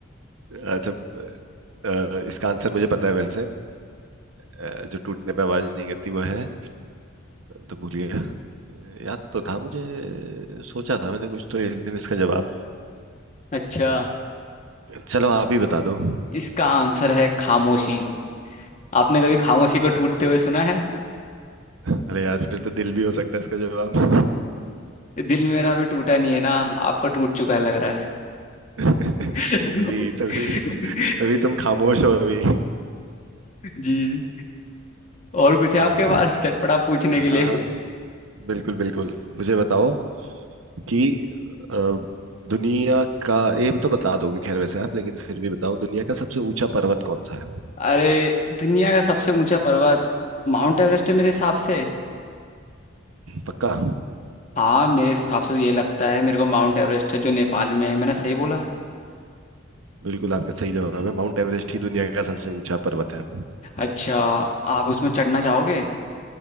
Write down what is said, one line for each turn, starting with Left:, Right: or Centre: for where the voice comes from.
Right: अच्छा अ, इसका आंसर मुझे पता है वैसे अ, अ, जो टूटने पे आवाज नहीं करती वो है तो भूलिए याद तो था मुझे सोचा था मैंने कुछ तो एक दिन इसका जवाब
Left: अच्छा
Right: चलो आप ही बता दो
Left: इसका आंसर है खामोशी आपने कभी खामोशी को टूटते हुए सुना है
Right: अरे यार फिर तो दिल भी हो सकता है इसका जवाब
Left: दिल मेरा अभी टूटा नहीं है ना आपका टूट चुका है लग रहा है
Right: <laughs> तभी
Left: <laughs>
Right: तभी तभी तुम खामोश हो अभी
Left: जी और कुछ है
Right: चलो
Left: आपके पास चटपटा पूछने के लिए
Right: हाँ हाँ बिल्कुल बिल्कुल मुझे बताओ कि अ, दुनिया का ये तो बता दोगे खैर वैसे आप लेकिन फिर भी बताओ दुनिया का सबसे ऊंचा पर्वत कौन सा है
Left: अरे दुनिया का सबसे ऊंचा पर्वत माउंट एवरेस्ट है मेरे हिसाब से
Right: पक्का
Left: हाँ मेरे हिसाब से तो ये लगता है मेरे को माउंट एवरेस्ट है जो नेपाल में है मैंने सही बोला
Right: बिल्कुल आपका सही जवाब है माउंट एवरेस्ट ही दुनिया का सबसे ऊंचा पर्वत है
Left: अच्छा आप उसमें चढ़ना चाहोगे